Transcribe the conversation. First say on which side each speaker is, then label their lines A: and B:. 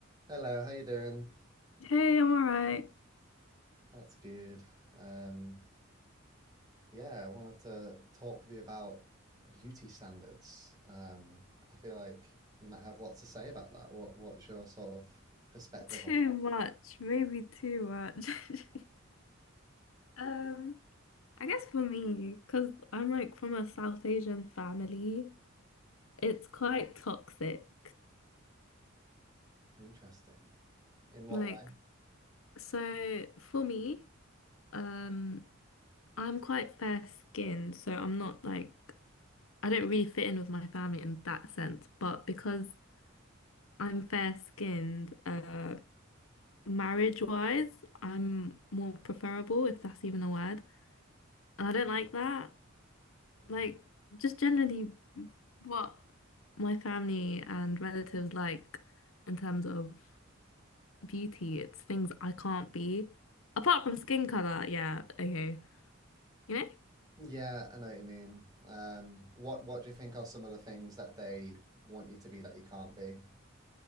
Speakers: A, on the right; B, on the left.
A: Hello, how you doing?
B: Hey, I'm all right.
A: That's good. Um, yeah, I wanted to talk with you about beauty standards. Um, I feel like you might have lots to say about that. What what's your sort of perspective
B: Too
A: on that?
B: much, maybe too much. <laughs> Um, I guess for me, because I'm like from a South Asian family, it's quite toxic.
A: Interesting. In what
B: Like,
A: way?
B: so for me, um, I'm quite fair skinned, so I'm not like, I don't really fit in with my family in that sense. But because I'm fair skinned, uh, marriage wise, I'm more preferable, if that's even a word. And I don't like that.
A: Right.
B: like just generally what my family and relatives like in terms of beauty, it's things I can't be. Apart from skin color, yeah, okay. You know?
A: Yeah, I know what you mean. Um, what what do you think are some of the things that they want you to be that you can't be?